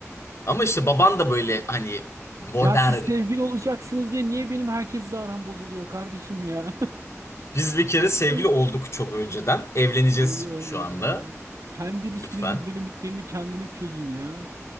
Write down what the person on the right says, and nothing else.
Ya siz sevgili olacaksınız diye niye benim herkesle aram bozuluyor kardeşim ya?
Allah
Allah
ya. Kendi ilişkinizin
dinamiklerini kendiniz çözün ya.